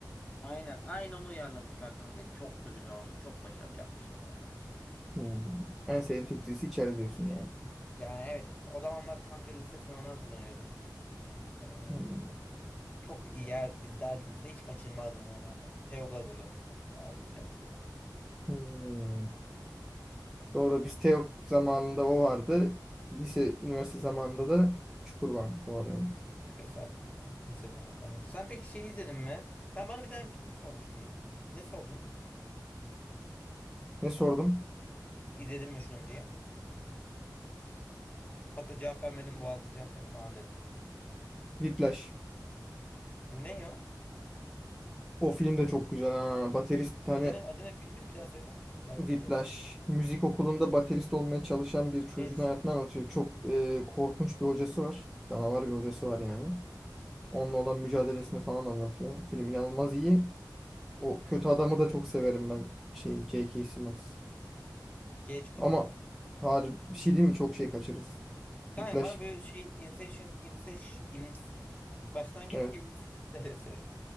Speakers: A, on the left; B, in the centre.
A: Aynen aynı onu uyarlamışlar kanka. Çok da güzel olmuş. Çok başarılı yapmışlar yani.
B: Hmm. En sevdiğin Türk dizisi içeride diyorsun yani.
A: yani evet o zamanlar kanka lise sınavına hazırlanıyordum. Ee,
B: Hmm.
A: çok iyi yer izlerdim mesela hiç kaçırmazdım ona rağmen. TEOG'a hazırlanıyordum bak daha onu bile hatırlıyorum.
B: Hmm. Doğru biz Teok zamanında o vardı. Lise üniversite zamanında da Çukur vardı. Doğru evet.
A: Şükür sarmadı ya lise zamanında. Yani sen peki şey izledin mi? Sen bana bir tane film sormuştun. Ne sordun?
B: Ne sordum?
A: İzledin mi şunu diye? Hatta cevap vermedim boğazlayacağım seni falan dedin.
B: Whiplash.
A: Ne o?
B: O film de çok güzel ha. Baterist bir tane
A: Adı ne? Adı ne filmi? Bir daha söyle. Belki
B: Whiplash.
A: izleriz.
B: Müzik okulunda baterist olmaya çalışan bir çocuğun
A: Geç.
B: hayatını anlatıyor. Çok e, korkunç bir hocası var. Canavar bir hocası var yani. Onunla olan mücadelesini falan anlatıyor. Film inanılmaz iyi. O kötü adamı da çok severim ben. Şey, J.K. Simmons.
A: Geç Kuzi.
B: Ama harbi bir şey değil mi? Çok şey kaçırırız.
A: Kanka
B: Whiplash.
A: bana böyle şey Inception, Inception, Ince- başlangıç
B: Evet.
A: gibi bir film söylesene.